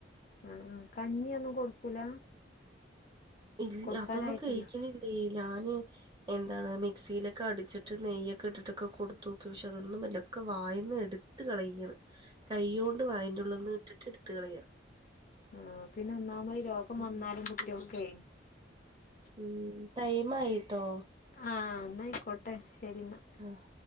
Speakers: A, on the left (about 45°); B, on the right (about 25°).
A: ആഹ് ആഹ് കഞ്ഞി ഒന്നും കൊടുക്കൂല
B: ഇല്ല്യ
A: കൊടുക്കാറായിട്ടില്ലേ
B: അതൊന്നും കഴിക്കുന്നില്ലേ ഞാന് എന്താണ് മിക്സിയിലൊക്കെ അടിച്ചിട്ട് നെയ്യൊക്കെ ഇട്ടിട്ടൊക്കെ കൊടുത്തു നോക്കി പക്ഷെ അതൊന്നും പറ്റണില്ല വായന്ന് എടുത്ത് കളയാണ് കയ്യോണ്ട് വായന്റെ ഉള്ളിന്ന് ഇട്ടിട്ട് എടുത് കളയാ
A: ആഹ് പിന്നെ ഒന്നാമത് രോഗം
B: ഉം
A: വന്നാലും കുട്ടികൾക്കെ
B: ഉം ടൈം ആയിട്ടോ
A: ആഹ് ന്നായിക്കോട്ടെ ശരിന്നാ
B: ആഹ്